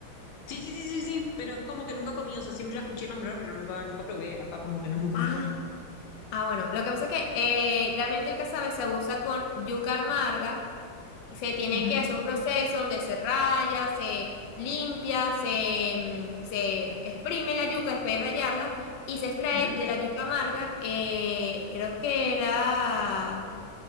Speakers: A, on the left; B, on the left.
A: Sí, sí, sí, sí, sí, pero es como que nunca comí, o sea, siempre la escuché nombrar, pero nunca, nunca probé. Acá como que no es muy común.
B: Ah, ah, bueno, lo que pasa es que eh, realmente el casabe se usa con yuca amarga, se tiene
A: Ujú,
B: que hacer un proceso donde se raya, se limpia, se, mm, se exprime la yuca después de rayarla y se extrae
A: ujú.
B: de la yuca amarga, eh, creo que era...